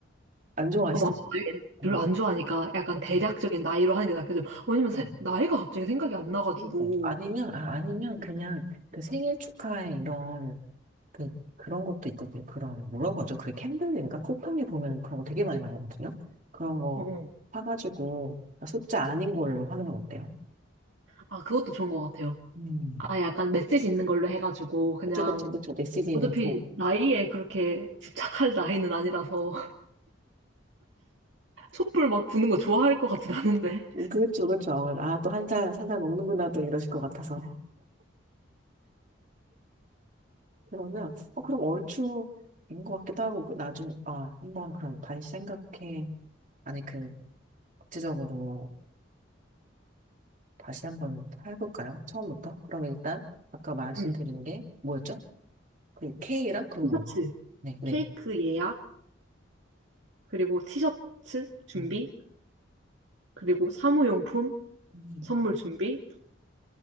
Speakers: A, on the right; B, on the right.
A: 안 좋아하시잖아요.
B: 어, 맞아. 나이
A: 그냥
B: 별로 안 좋아하니까 약간
A: 보
B: 대략적인 나이로 하는 게 낫겠죠. 왜냐면
A: 그냥
B: 세- 나이가 갑자기 생각이 안 나가지고.
A: 힘들. 아니면 아 아니면 그냥 그 생일 축하에 이런 그 그런 것도 있거든요. 그런 뭐라고 하죠? 그게 캔들인가? 쿠팡에 보면 그런 거 되게 많이 나오거든요. 그런 거
B: 어, 어.
A: 사가지고 아, 숫자 아닌 걸로 하는 건 어때요?
B: 아, 그것도 좋은 것 같아요.
A: 음.
B: 아, 약간 메시지 있는 걸로 해가지고 그냥
A: 그쵸 그쵸 그쵸 메시지
B: 어차피
A: 는
B: 나이에 그렇게 집착할 나이는 아니라서 <laughs> 촛불 막 부는 거 좋아할 것 같진 않은데.
A: 음, 그렇죠, 그렇죠. 아, 또 한 살, 한 살 먹는구나, 또 이러실 것 같아서. 그러면, 어, 그럼 얼추 된 것 같기도 하고, 그 나중에, 아, 한번 그럼 다시 생각해. 아니, 그, 구체적으로 다시 한번 해볼까요? 처음부터? 그럼 일단, 아까 말씀드린
B: 응.
A: 게 뭐였죠? 그 K랑, 그리고
B: 티셔츠,
A: 뭐였죠? 네, 네.
B: 케이크 예약, 그리고 티셔츠 준비,
A: 음,
B: 그리고 사무용품
A: 음,
B: 선물 준비,